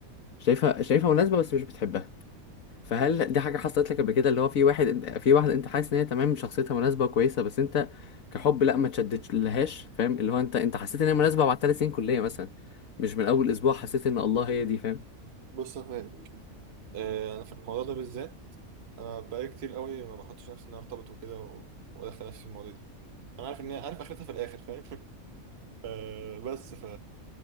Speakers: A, on the left; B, on the right.
A: وشايفها شايفها مناسبه بس مش بتحبها فهل
B: مم.
A: دي حاجه حصلت لك قبل كده اللي هو في واحد انت في واحد انت حاسس ان هي تمام شخصيتها مناسبه وكويسه بس انت كحب لا ما تشدتش لهاش فاهم اللي هو انت انت حسيت ان هي مناسبه بعد ثلاث سنين كليه مثلا مش من اول اسبوع حسيت ان الله هي دي فاهم
B: بص يا فاهم آه أنا في الموضوع ده بالذات أنا بقالي كتير قوي ما بحطش نفسي إن أنا أرتبط وكده و- وأدخل نفسي في المواضيع دي أنا عارف إن هي عارف آخرتها في الآخر فاهم <laughs> آه بس ف...